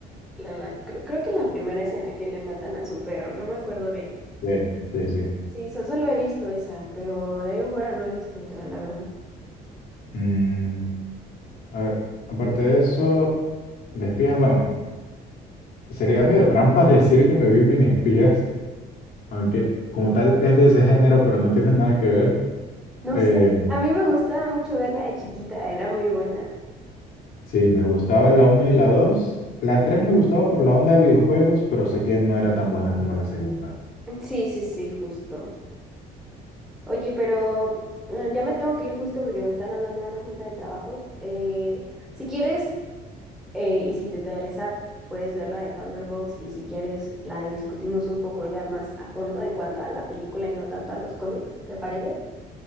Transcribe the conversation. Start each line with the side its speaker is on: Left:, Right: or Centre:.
Centre: en la- cre- creo que la primera es en la que le matan a su perro, no me acuerdo bien.
Left: Sí, sí, sí.
Centre: Sí, so- solo he visto esa, pero de ahí en fuera no he visto otra, la verdad.
Left: Mm, a ver, aparte de eso, de espías, bueno, sería medio trampa <laughs> decir que me vi mini espías, aunque como tal es de ese género, pero no tiene nada que ver.
Centre: No
Left: Eh,
Centre: sé, a mí me gustaba mucho verla de chiquita, era muy buena.
Left: sí, me gustaba la uno y la 2. La 3 me gustaba por la onda de videojuegos, pero sé que no era tan buena como la segunda.
Centre: Sí, sí, sí, justo. Oye, pero eh, ya me tengo que ir justo porque me están hablando de una junta del trabajo. Eh, si quieres, eh, y si te interesa, puedes ver la de Thunderbolts y si quieres, la discutimos un poco ya más a fondo en cuanto a la película y no tanto a los cómics, ¿te parece?